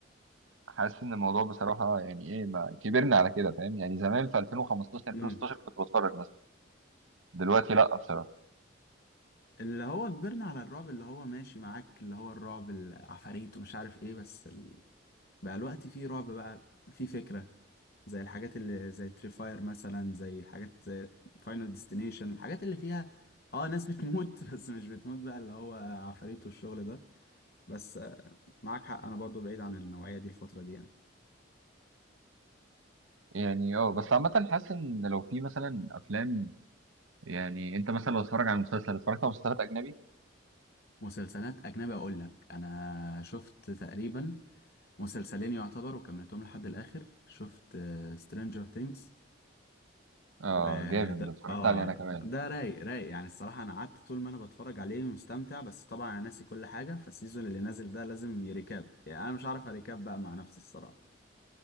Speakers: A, on the right; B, on the left.
A: حاسس ان الموضوع بصراحه يعني ايه ما كبرنا على كده فاهم يعني زمان في 2015 2016
B: امم
A: كنت بتفرج مثلا دلوقتي لا بصراحه
B: اللي هو كبرنا على الرعب اللي هو ماشي معاك اللي هو الرعب العفاريت ومش عارف ايه بس ال... بقى الوقت فيه رعب بقى فيه فكرة زي الحاجات اللي زي تريفاير مثلا زي الحاجات زي فاينل ديستنيشن الحاجات اللي فيها اه ناس بتموت <laughs> بس مش بتموت بقى اللي هو عفاريت والشغل ده بس آه، معاك حق انا برضو بعيد عن النوعية دي الفترة دي يعني
A: يعني اه بس عامه حاسس ان لو في مثلا افلام يعني انت مثلا لو اتفرج على مسلسل اتفرجت على مسلسلات اجنبي
B: مسلسلات أجنبي أقول لك أنا شفت تقريبا مسلسلين يعتبر وكملتهم لحد الآخر شفت سترينجر ثينكس
A: اه
B: و
A: جامد
B: ده
A: ده اتفرجت
B: آه
A: عليه انا كمان
B: ده رايق رايق يعني الصراحة أنا قعدت طول ما أنا بتفرج عليه مستمتع بس طبعا أنا ناسي كل حاجة فالسيزون اللي نازل ده لازم يريكاب يعني أنا مش عارف أريكاب بقى مع نفسي الصراحة